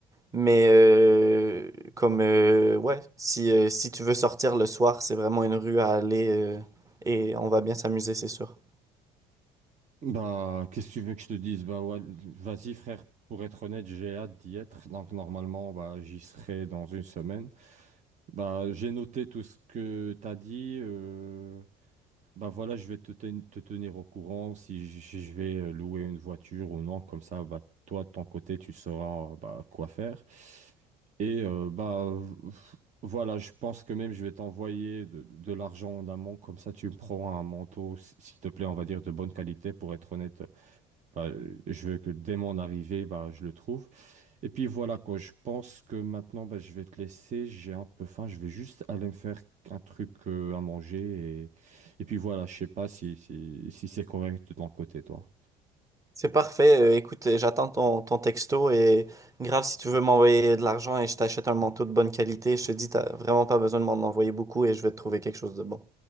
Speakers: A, on the right (about 20°); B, on the right (about 45°).
A: Mais euh, comme euh, ouais, si euh, si tu veux sortir le soir, c'est vraiment une rue à aller euh, et on va bien s'amuser, c'est sûr.
B: Bah, qu'est-ce que tu veux que je te dise? Bah ouais, vas-y frère, pour être honnête, j'ai hâte d'y être. Donc normalement, bah, j'y serai dans une semaine. Bah, j'ai noté tout ce que t'as dit. euh, Bah voilà, je vais te, ten- te tenir au courant si j- si je vais euh, louer une voiture ou non. Comme ça, bah, toi, de ton côté, tu sauras euh, bah, quoi faire. Et euh, bah v- voilà, je pense que même je vais t'envoyer de, de l'argent en amont. Comme ça, tu me prends un manteau, s- s'il te plaît, on va dire de bonne qualité pour être honnête. Bah, euh, je veux que dès mon arrivée, bah, je le trouve. Et puis voilà quoi, je pense que maintenant, bah, je vais te laisser, j'ai un peu faim, je vais juste aller me faire un truc euh, à manger. Et, et puis voilà, je sais pas si, si, si c'est correct de ton côté, toi.
A: C'est parfait. Euh, écoute, euh, j'attends ton, ton texto et grave si tu veux m'envoyer de l'argent et je t'achète un manteau de bonne qualité, je te dis t'as vraiment pas besoin de m'en envoyer beaucoup et je vais te trouver quelque chose de bon.